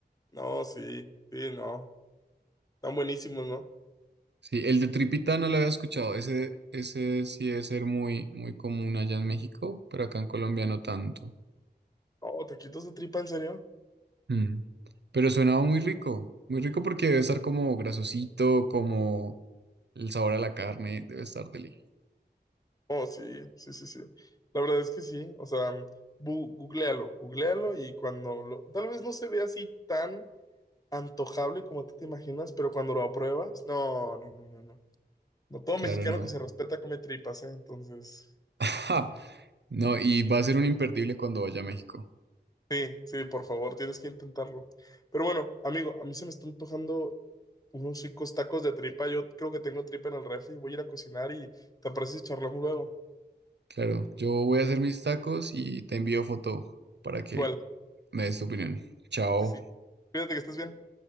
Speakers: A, on the left; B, on the right.
A: No, sí, sí, no. Están buenísimos, ¿no?
B: Sí, el de tripita no lo había escuchado. Ese, ese sí debe ser muy, muy común allá en México, pero acá en Colombia no tanto.
A: Oh, taquitos de tripa, ¿en serio?
B: Mm. Pero sonaba muy rico, muy rico porque debe estar como grasosito, como el sabor a la carne, debe estar deli.
A: Oh, sí, sí, sí, sí. La verdad es que sí. O sea, bu- googlealo, googlealo y cuando lo- tal vez no se ve así tan antojable como tú te imaginas, pero cuando lo apruebas, no, no, no, no, no. No todo
B: Claro,
A: mexicano
B: no.
A: que se respeta come tripas, ¿eh? Entonces,
B: <laughs> No, y va a ser un imperdible cuando vaya a México.
A: sí, sí, por favor, tienes que intentarlo. Pero bueno, amigo, a mí se me están antojando unos ricos tacos de tripa. Yo creo que tengo tripa en el refri. Voy a ir a cocinar y te apareces y charlamos luego.
B: Claro, yo voy a hacer mis tacos y te envío foto para que
A: Igual,
B: me des tu opinión. Chao.
A: sí, sí. Cuídate que estés bien.